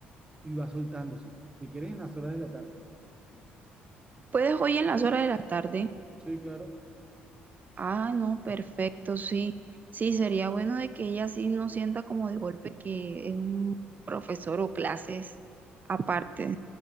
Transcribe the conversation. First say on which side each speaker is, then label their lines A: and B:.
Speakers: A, on the right; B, on the right.
A: y va soltándose. Si quieres, en las horas de la tarde.
B: ¿Puedes hoy en las horas de la tarde?
A: Sí, claro.
B: Ah, no, perfecto, sí. Sí, sería bueno de que ella sí no sienta como de golpe que es un profesor o clases aparte.